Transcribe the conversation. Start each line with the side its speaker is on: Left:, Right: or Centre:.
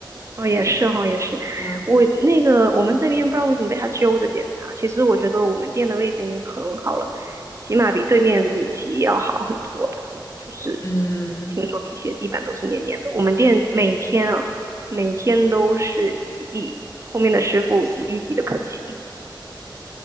Right: 哦，也是哈，也是。
Left: <laughs>。嗯，
Right: 我那个我们这边不知道为什么被他揪着检查。其实我觉得我们店的卫生已经很好了，起码比对面的米奇要好很多吧。就是
Left: 嗯，
Right: 听说米奇的地板都是黏黏的，我们店每天啊，每天都是洗地，后面的师傅洗地洗的可勤。